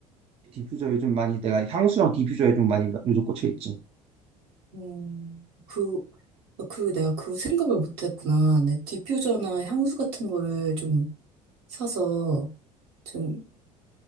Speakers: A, on the right (about 30°); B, on the right (about 60°).
A: 디퓨저 요즘 많이 내가 향수랑 디퓨저에 좀 많이 요즘 꽂혀 있지.
B: 음, 그, 어, 그 내가 그 생각을 못 했구나. 내 디퓨저나 향수 같은 거를 좀 사서 좀